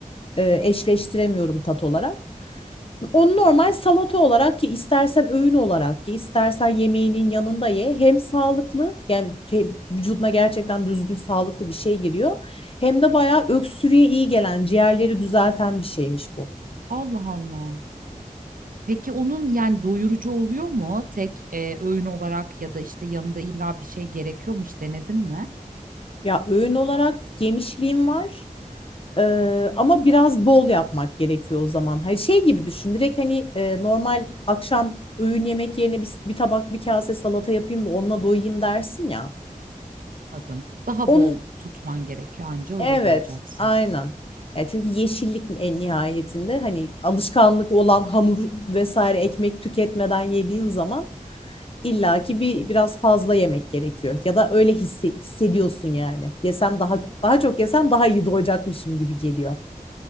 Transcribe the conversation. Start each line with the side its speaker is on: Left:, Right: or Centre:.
Left: e, eşleştiremiyorum tat olarak. Onu normal salata olarak ki istersen öğün olarak ki istersen yemeğinin yanında ye. Hem sağlıklı yani şey, vücuduna gerçekten düzgün sağlıklı bir şey giriyor. Hem de bayağı öksürüğe iyi gelen, ciğerleri düzelten bir şeymiş bu.
Right: Allah Allah. Peki onun yani doyurucu oluyor mu tek e, öğün olarak ya da işte yanında illa bir şey gerekiyormuş denedin mi?
Left: Ya öğün olarak yemişliğim var. Ee, ama biraz bol yapmak gerekiyor o zaman. Hani şey gibi düşün. Direkt hani e, normal akşam öğün yemek yerine bir, bir tabak bir kase salata yapayım da onunla doyayım dersin ya.
Right: Adım. Daha
Left: Onun
Right: bol tutman gerekiyor anca
Left: evet,
Right: öyle doyacaksın.
Left: aynen. Ya çünkü yeşillik en nihayetinde hani alışkanlık olan hamur vesaire ekmek tüketmeden yediğin zaman illaki bir biraz fazla yemek gerekiyor. Ya da öyle hisse- hissediyorsun yani. Yesem daha daha çok yesem daha iyi doyacakmışım gibi geliyor.